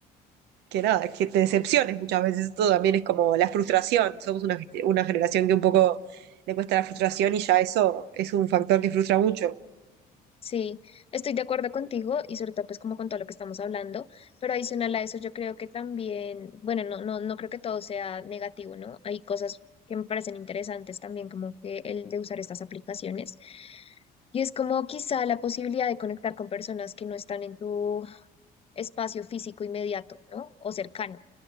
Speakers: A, on the right; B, on the left.
A: que nada, que te decepciones muchas veces. Esto también es como la frustración. Somos una, gest- una generación que un poco le cuesta la frustración y ya eso es un factor que frustra mucho.
B: Sí, estoy de acuerdo contigo y sobre todo pues como con todo lo que estamos hablando, pero adicional a eso yo creo que también, bueno, no, no, no creo que todo sea negativo, ¿no? Hay cosas que me parecen interesantes también, como que el de usar estas aplicaciones. Y es como quizá la posibilidad de conectar con personas que no están en tu espacio físico inmediato, ¿no? O cercano.